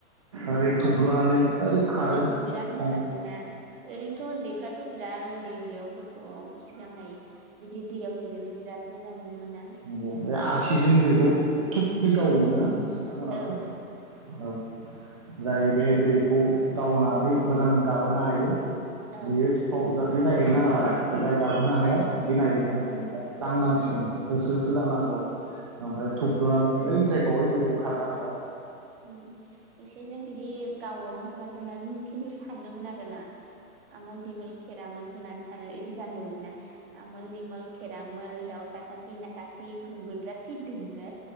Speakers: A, on the right (about 20°); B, on the right (about 35°).
A: ओरै थ'ब्ल'नानै ओरै खारो
B: औ
A: नंगौ
B: बिराद मोजां मोन ना ओरैनोथ' उन्दैफ्राथ बिराद उन्दै उन्दैयाव गथ'आव सिगांहाय बिदि दैयाव गेलेनो बिराद मोजां मोनोमोन ना
A: नोंगौ बे आसिजों दैखौ थुबहै गावोमोन ना नोंथांमोनाबो
B: औ
A: औ। जाय बे दैखौ गावनानै मोजां गाबहोनो हायो
B: औ
A: बियो सिखाव जागोन बे नायगिर नांला आरो। जाय गाबहोनो हाया बे नागिर नांसिगोन दांनांसिगोन
B: ओ
A: होसो होसो दांनांगौ। ओमफ्राय थुब्लनानै ओइ जाय <unintelligible> खारनांग
B: ओम एसे जों बिदि गावोमोन खोमा जोंना जों खिन्थु सानोमोन आरो ना, आमोल दिमोल खेरामोन होननानै सानो इदि गान दङमोन ना। आमोल दिमोल खेरामोल दाउसााखाथि नाखाथि खुंगुरजाथि दुम नो,